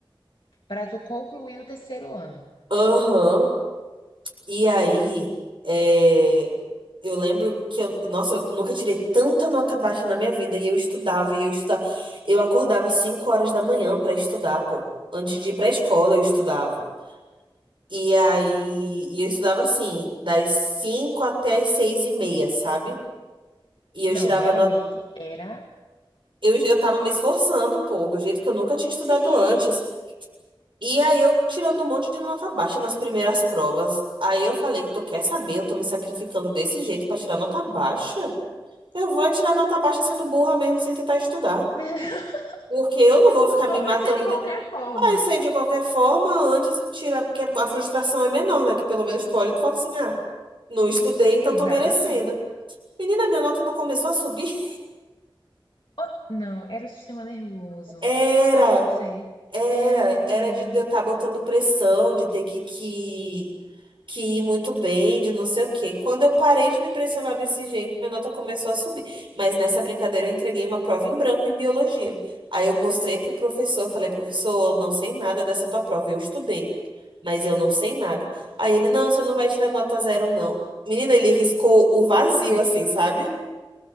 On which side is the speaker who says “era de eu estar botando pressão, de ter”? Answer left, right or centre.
Right